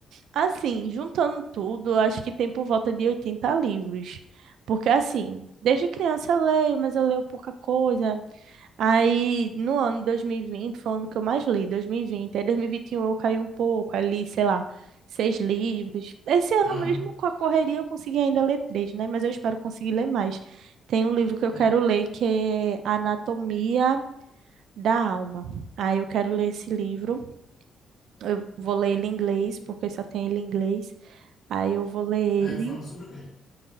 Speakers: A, on the right; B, on the left.
A: assim, juntando tudo, eu acho que tem por volta de 80 livros. Porque, assim, desde criança eu leio, mas eu leio pouca coisa. Aí, no ano 2020, foi o ano que eu mais li, 2020. Aí, 2021 eu caí um pouco, aí li, sei lá, seis livros. Esse ano
B: Aham.
A: mesmo, com a correria, eu consegui ainda ler três, né? Mas eu espero conseguir ler mais. Tem um livro que eu
B: É.
A: quero ler que é Anatomia da Alma. Aí eu quero ler esse livro. Eu vou ler ele em inglês, porque só tem ele em inglês. Aí eu vou ler
B: É,
A: ele.
B: falando sobre o quê?